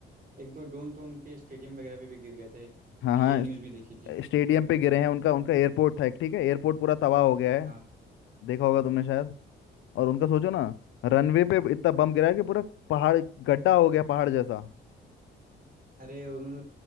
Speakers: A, on the right; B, on the left.
A: एक दो ड्रोन तो उनके स्टेडियम वगैरह में भी गिर गए थे
B: हाँ
A: मैंने
B: हाँ
A: ये न्यूज़
B: स्ट-
A: भी देखी थी
B: स्टेडियम पे गिरे हैं उनका उनका एयरपोर्ट था एक, ठीक है एयरपोर्ट पूरा तबाह हो गया है
A: हाँ
B: देखा होगा तुमने शायद और उनका सोचो ना रनवे पे इतना बम गिरा है कि पूरा पहाड़ गड्ढा हो गया पहाड़ जैसा
A: अरे उन्होंने